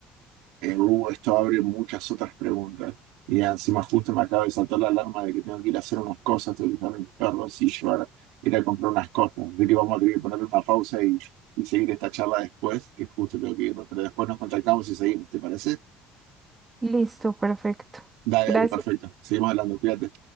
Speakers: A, on the right; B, on the right.
A: eh, uh, esto abre muchas otras preguntas. Y encima justo me acaba de saltar la alarma de que tengo que ir a hacer unas cosas, tengo que dejar a mis perros y llevar, ir a comprar unas cosas. Así que vamos a tener que poner una pausa y y seguir esta charla después, que justo tengo que irme, pero después nos contactamos y seguimos, ¿te parece?
B: Listo, perfecto.
A: Dale,
B: Gracias.
A: dale, perfecto. Seguimos hablando, cuídate.